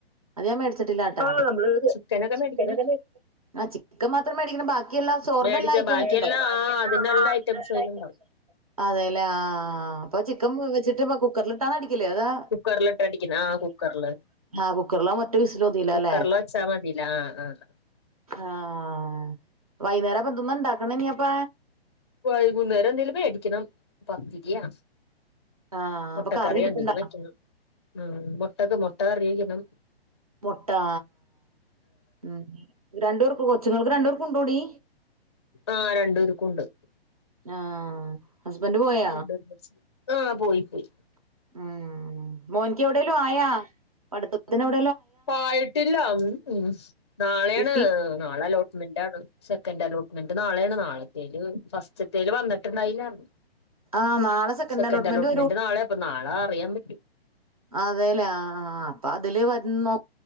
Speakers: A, on the right; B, on the left.
A: അത് ഞാൻ മേടിച്ചിട്ടില്ലാട്ടോ. ആഹ് നമ്മള്
B: ചിക്കനൊക്കെ
A: ചിക്കതൊക്കെ.
B: മേടിക്കണം
A: ചിക്കൻ മാത്രം മേടിക്കണം ബാ ബാക്കിയെല്ലാം ചോറിന്റെ
B: മേടിച്ച
A: എല്ലാ ഐറ്റോം
B: ബാക്കിയെല്ലാം
A: അതിനത്ത്ണ്ട് <unintelligible>
B: ആഹ് അതിനെല്ലാ ഐറ്റംസും അയിലുണ്ടാവും
A: അതെല്ലേ ആഹ് അഹ് അപ്പൊ ചിക്കൻ വെച്ചിട്ട് കുക്കറിലിട്ടാണടി ക്കില് അതാ
B: കുക്കറിലിട്ട് അടിക്കണം ആഹ് കുക്കറില്
A: <unintelligible> ആഹ് കുക്കറിലാമൊറ്റ വിസില് മതിയല്ലോല്ലേ
B: കുക്കറില് വെച്ചാ മതില്ലേ ആഹ് ആഹ്
A: ആഹ് വൈന്നേരം അപ്പൊ എന്തന്നാണ്ടാക്കണേനി അപ്പ
B: വൈകുന്നേരം എന്തേലും മേടിക്കണം പത്തിരിയാ
A: ആഹ്
B: മൊട്ടക്കറിയെന്തെലും
A: അപ്പൊ കറി ഇരിപ്പുണ്ടോ
B: വെക്കണം ഉം മൊട്ടക്ക് മൊട്ടകറിവയ്ക്കണം
A: മൊട്ടാ മ്മ് രണ്ടു പേർക്ക് കൊച്ചുങ്ങൾക്ക് രണ്ടു പേർക്കുണ്ടോടി
B: ആഹ് രണ്ടുവേര്ക്കും ഉണ്ട്
A: ആഹ് ഹസ്ബൻഡ് പോയ
B: രണ്ടുപേരും പഠിച്ചു ആഹ് പോയി പോയി
A: ഉം മോൻക്ക് എവിടെലും ആയ പഠിത്തത്തി <unintelligible>
B: ആയിട്ടില്ല ഉം ഉം നാളെയാണ്
A: കിട്ടി
B: നാളെ ലോ മെന്റാണ് സെക്കൻറ് അലോട്ട്മെന്റ് നാളെയാണ് നാളത്തേല് ഫസ്റ്റത്തേല് വന്നട്ട്ണ്ടായില്ലാർന്നു
A: ആ നാളെ സെക്കൻഡ്
B: സെക്കൻറ്റലോട്ട്മെന്റ്
A: അലോട്ട്മെന്റ്
B: നാളെയാ അപ്പൊ നാളെ അറിയാൻ പ-
A: അതെല്ലേ ആഹ് അഹ് അപ്പൊ അതില് വര് നോ